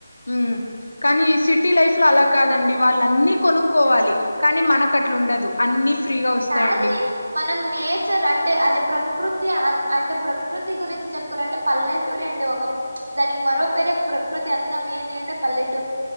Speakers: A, on the left (about 80°); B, on the right (about 75°).
A: ఉమ్ కానీ సిటీ లైఫ్ లో అలా కాదండి వాళ్ళ అన్ని కొనుక్కోవాలి కానీ మనకట్లా ఉండదు అన్ని ఫ్రీగా వస్తాయండి
B: కానీ మనం నేచర్ అంటే అది ప్రకృ కృతి అంటే ప్రకృతి గురించి చెప్పుకోవాలంటే పల్లెటూరె అండి ఒక దానికి మరో పేరే ప్రకృతి అందం ఏది అంటే పల్లెటూ